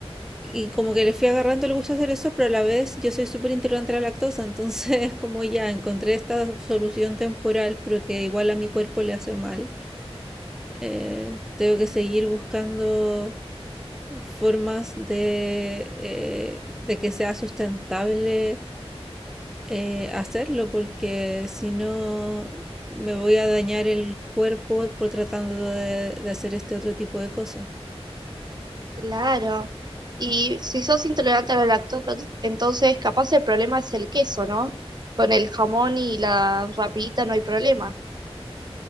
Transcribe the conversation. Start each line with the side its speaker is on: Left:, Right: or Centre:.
Centre: y como que le fui agarrando el gusto a hacer eso, pero a la vez yo soy súper intolerante a la lactosa, entonces <laughs> como ya encontré esta solución temporal, pero que igual a mi cuerpo le hace mal, eh, tengo
Right: no.
Centre: que seguir buscando formas de, eh, de que sea sustentable eh, hacerlo porque si no me voy a dañar el cuerpo por tratando de, de hacer este otro tipo de cosas.
Right: Claro. Y si sos intolerante a la lactosa, entonces capaz el problema es el queso, ¿no? Con el jamón y la rapidita no hay problema.